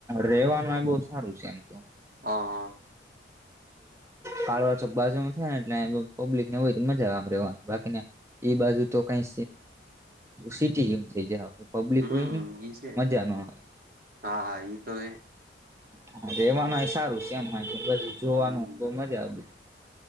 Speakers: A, on the right; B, on the right.
A: રેવાનું આ બહ સારું છે એમ તો
B: હા હા
A: કાળવા ચોક બાજુમાં થાય ને એટલે પબ્લિક ને હોય તો મજા આવે રેવાની બાકીને એ બાજુ તો કઈ સીટી જેવું થઈ જાય પબ્લિક
B: હમ
A: હોય ને
B: ઈ છે
A: મજા ન આવે
B: હા હા એઈ તો હૈ
A: હા રેવાનુંય સારું છે એમછ જોવાનું
B: હમ
A: બઉ મજા આવે